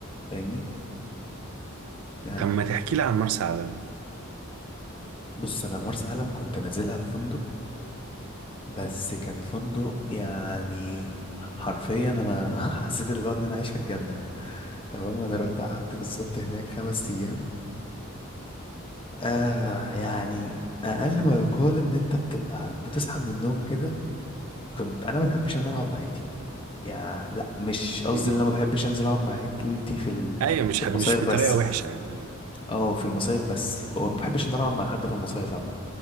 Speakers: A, on the left (about 25°); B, on the right (about 85°).
A: فاهمني يعني
B: طب ما تحكي لي عن مرسى علم
A: بص انا مرسى علم كنت نازلها في فندق بس كان فندق يعني حرفيا انا <laughs> حسيت اللي هو ان انا عايش في الجنه تمام انا رحت قعدت بالظبط هناك خمس ايام آه يعني أقل ما يقال إن أنت بتبقى بتصحى من النوم كده كنت أنا ما بحبش إن أنا أقعد مع عيلتي يعني لا مش قصدي
B: امم
A: إن أنا ما بحبش أنزل أقعد مع عيلتي في ال...
B: ايوه مش
A: في
B: حب
A: المصايف
B: مش بطريقه
A: بس
B: وحشه يعني ايوه
A: أه في المصايف بس وما بحبش إن أنا أقعد مع حد في المصايف عامة